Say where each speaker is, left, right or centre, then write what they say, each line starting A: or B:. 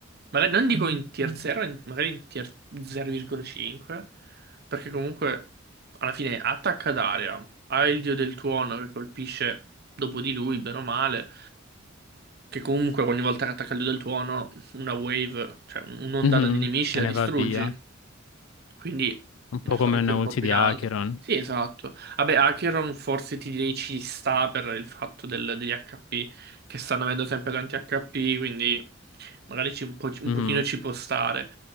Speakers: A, on the right; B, on the left.
A: Magari non dico in tier 0, in- magari in tier 0,5, perché comunque alla fine attacca d'aria, ha il dio del tuono che colpisce dopo di lui, bene o male, che comunque ogni volta che attacca il dio del tuono, una wave, cioè un'ondata
B: Mhm,
A: di nemici
B: Se
A: la distruggi.
B: ne va via,
A: Quindi
B: un
A: è
B: po'
A: stato
B: come
A: anche
B: una
A: un
B: ulti
A: po' più
B: di
A: in
B: Acheron.
A: alto. Sì, esatto. Vabbè, Acheron forse ti direi ci sta per il fatto del- degli HP, che stanno avendo sempre tanti HP, quindi magari ci- un po', un
B: Mhm.
A: pochino ci può stare.